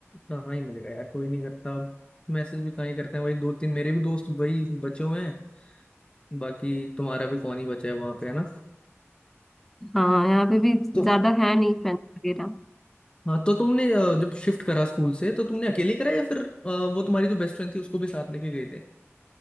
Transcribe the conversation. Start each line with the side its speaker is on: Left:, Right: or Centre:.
Left: कहाँ ही मिलेगा यार कोई नहीं करता अब मैसेज भी कहाँ ही करते हैं वही दो तीन मेरे भी दोस्त वही बचे हुए हैं बाकी तुम्हारा भी कौन ही बचा है वहां पे है ना
Centre: हाँ यहाँ पे भी
Left: तो
Centre: ज्यादा है नहीं फ्रेंड्स वगैरह
Left: हाँ तो तुमने अ, जब शिफ्ट करा स्कूल से तो तुमने अकेले करा या फिर अ, वो तुम्हारी जो बेस्ट फ्रेंड थी उसको भी साथ लेके गए थे